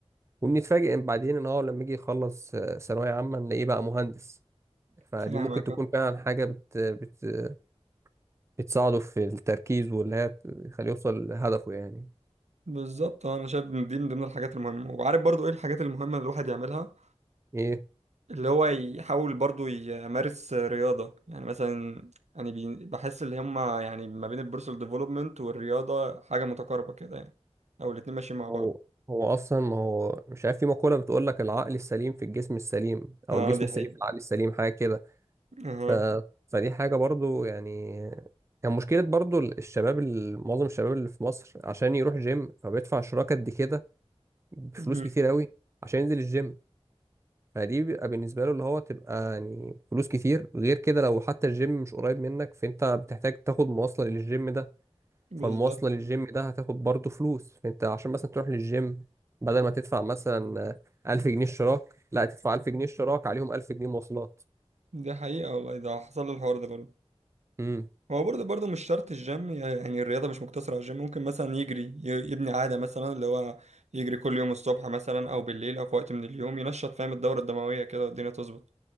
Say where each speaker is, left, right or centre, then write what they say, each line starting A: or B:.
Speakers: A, on the right; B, on the right.
A: وبنتفاجئ إن بعدين ان هو لما يجي يخلص آه، ثانويه عامه نلاقيه بقى مهندس فدي
B: فاهمك
A: ممكن تكون
B: آه.
A: فعلا حاجه بت... بت... بتساعده في التركيز واللي هي تخليه يوصل لهدفه يعني
B: بالظبط انا شايف ان دي من ضمن الحاجات المهمه وعارف برضو ايه الحاجات المهمه اللي الواحد يعملها
A: ايه
B: اللي هو يحاول برضو يمارس رياضة يعني مثلا يعني بي- بحس اللي هما يعني ما بين البيرسونال ديفلوبمنت والرياضة حاجة متقاربة كده يعني أو الاتنين ماشيين مع بعض
A: هو هو اصلا ما هو مش عارف في مقوله بتقول لك العقل السليم في الجسم السليم او
B: اه
A: الجسم
B: دي
A: السليم
B: حقيقة
A: في العقل السليم حاجه كده
B: اها
A: ف... فدي حاجة برضو يعني كان مشكلة برضو الشباب ال- معظم الشباب اللي في مصر عشان يروح جيم فبيدفع اشتراك قد كده بفلوس
B: مهم.
A: كتير قوي عشان ينزل الجيم فدي بيبقى بالنسبة له اللي هو تبقى يعني فلوس كتير غير كده لو حتى الجيم مش قريب منك فانت بتحتاج تاخد مواصلة للجيم ده
B: بالظبط
A: فالمواصلة للجيم ده هتاخد برضو فلوس فانت عشان مثلا تروح للجيم بدل ما تدفع مثلا ألف جنيه اشتراك لا تدفع ألف جنيه اشتراك عليهم ألف جنيه مواصلات
B: دي حقيقة والله ده حصل لي الحوار ده برضه
A: امم.
B: هو برضه برضه مش شرط الجيم يعني الرياضة مش مقتصرة على الجيم ممكن مثلا يجري ي- يبني عادة مثلا اللي هو يجري كل يوم الصبح مثلا أو بالليل أو في وقت من اليوم ينشط فاهم الدورة الدموية كده والدنيا تظبط